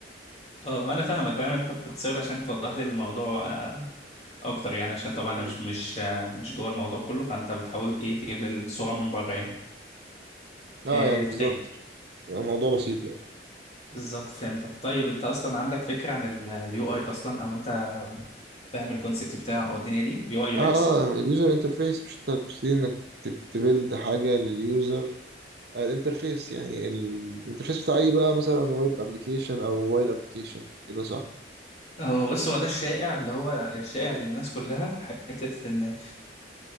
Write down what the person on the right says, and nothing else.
مم.
اه
يعني بالظبط
عشان يبقى الموضوع بسيط يعني
اه
اه اليوزر انترفيس مش انت بتبتدي انك تبيلد حاجة لليوزر الانترفيس يعني ال- الانترفيس بتاع ايه بقى مثلا ويب ابلكيشن او موبايل ابلكيشن او كده صح